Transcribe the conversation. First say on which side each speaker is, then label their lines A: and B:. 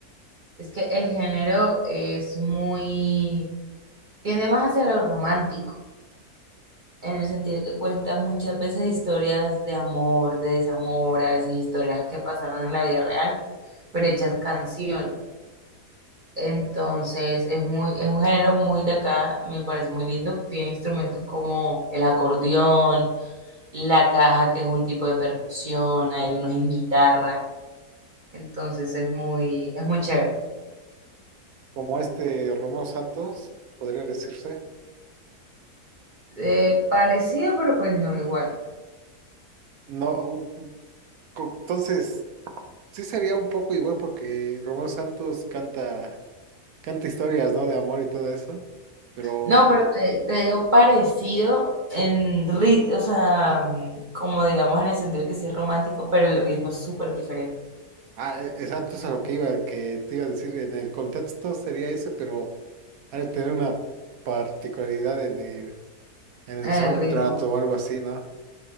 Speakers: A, on the right; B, on the right.
A: es que el género es muy, tiende más hacia lo romántico, en el sentido que cuentas muchas veces historias de amor, de desamor, a veces historias que pasaron en la vida real, pero hechas canciones. Entonces es muy, es un género muy de acá, me parece muy lindo. Tiene instrumentos como el acordeón, la caja, que es un tipo de percusión, hay unos en guitarra. Entonces es muy, es muy chévere.
B: Como este Romeo Santos, podría decirse.
A: Eh, parecido, pero pues no igual.
B: No, u- u- co- entonces, sí sería un poco igual porque Romeo Santos canta, canta historias, ¿no? De amor y todo eso, pero,
A: No, pero te, te digo parecido en ritmo, o sea, mm, como digamos en el sentido que sí es romántico, pero el ritmo es súper diferente.
B: ah, e- exacto, eso es a lo que iba, que te iba a decir, en el contexto sería ese, pero... Ha de tener una particularidad en el, en el
A: El
B: soundtrack
A: ritmo.
B: o algo así, ¿no?